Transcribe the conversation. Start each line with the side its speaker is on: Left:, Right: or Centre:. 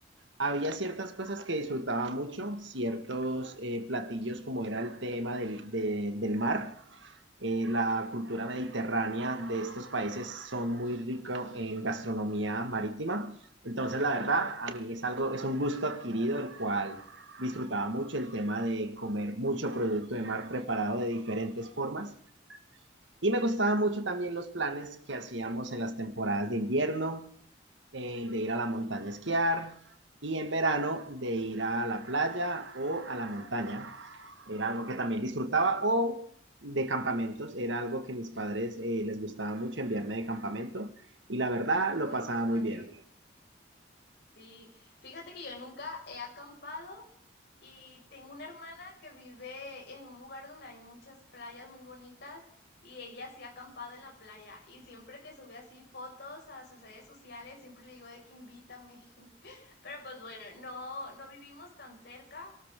Right: había ciertas cosas que disfrutaba mucho, ciertos eh, platillos como era el tema del, de, del mar Eh, la cultura mediterránea de estos países son muy ricos en gastronomía marítima. Entonces, la verdad, a mí es algo, es un gusto adquirido, el cual disfrutaba mucho el tema de comer mucho producto de mar preparado de diferentes formas. Y me gustaban mucho también los planes que hacíamos en las temporadas de invierno, eh, de ir a la montaña a esquiar y en verano de ir a la playa o a la montaña. Era algo que también disfrutaba o de campamentos, era algo que mis padres eh, les gustaba mucho enviarme de campamento y la verdad lo
Left: Ay,
Right: pasaba
Left: qué padre.
Right: muy bien.
Left: Sí, fíjate que yo nunca he acampado, Y tengo una hermana que vive en un lugar donde hay muchas playas muy bonitas y ella sí ha acampado en la playa. Y siempre que sube así fotos a sus redes sociales, siempre le digo de que invítame. <laughs> Pero pues bueno, no, no vivimos tan cerca,